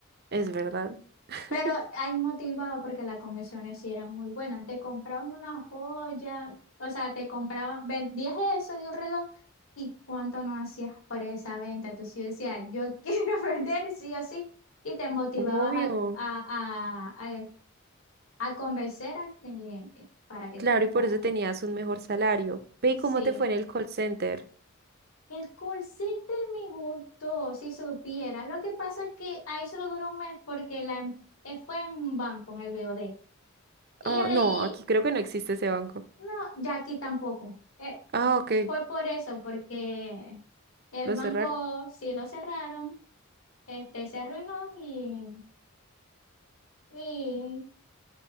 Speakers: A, on the right (about 50°); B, on the left (about 75°).
A: Es verdad. <laughs>
B: Pero ahí motivado porque las comisiones sí eran muy buenas. Te compraban una joya, o sea, te compraban, vendías eso y un reloj. ¿Y cuánto no hacías por esa venta? Entonces yo decía, yo <laughs> quiero vender sí o sí. Y te motivabas
A: Obvio.
B: a, a, a, a, a convencer al cliente para que
A: Claro,
B: te comprara.
A: y por eso tenías un mejor salario. Ve, ¿y
B: Sí.
A: cómo te fue en el call center?
B: El call center me gustó, si supiera. Lo que pasa es que ahí solo duró un mes porque la, em- eh, fue en un banco, en el B O D Y
A: Ah,
B: ahí
A: no, aquí creo que no existe ese banco.
B: No, ya aquí tampoco. Eh,
A: Ah, ok.
B: fue por eso, porque el
A: Lo
B: banco
A: cerraron
B: sí lo cerraron, este se arruinó y, y,